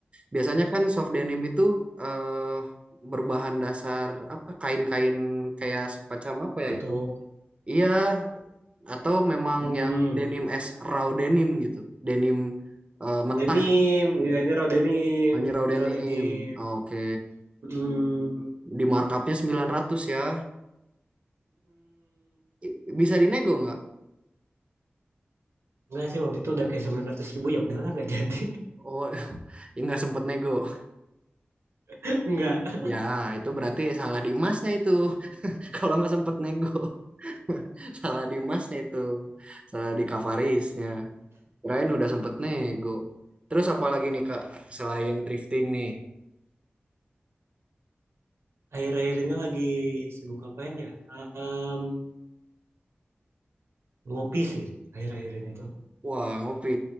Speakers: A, on the right; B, on the right.
A: Biasanya kan soft denim itu eh berbahan dasar apa? Kain-kain kayak semacam apa ya
B: Atau
A: itu? Iya, atau memang
B: Mm-mm.
A: yang denim as raw denim gitu, denim eh, mentah,
B: Ya, ini Rodenim,
A: hanya
B: ini
A: raw denim.
B: Rodenim.
A: Oke,
B: Mm-mm.
A: Di markupnya 900 ya. I- Bisa dinego nggak?
B: Enggak sih waktu itu udah kayak sembilan ratus ribu ya udahlah nggak jadi.
A: Oh, <laughs> ya nggak sempet nego.
B: <laughs> nggak.
A: Ya, itu berarti salah di masnya itu. <laughs> Kalau nggak sempet nego, <laughs> salah di masnya itu. Salah di Kavarisnya. Kirain udah sempet nego. Terus apa lagi nih Kak, selain thrifting nih?
B: Akhir-akhir ini lagi sibuk ngapain ya? Em, ngopi sih akhir-akhir ini tuh.
A: Wah, ngopi.